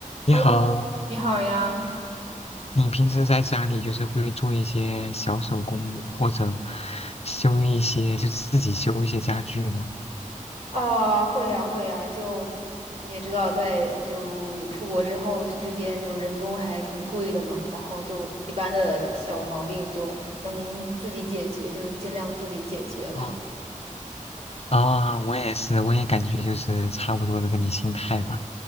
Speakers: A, on the left; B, on the right.
A: 你好，
B: Hello，你好呀，
A: 你平时在家里就是会做一些小手工，或者修一些，就自己修一些家具吗？
B: 啊，会呀，会呀，就你也知道，在就出国之后，这这边就人工还挺贵的嘛，然后就一般的小毛病就能自己解决，就尽量自己解决了。
A: 嗯啊，我也是，我也感觉就是差不多的跟你心态吧。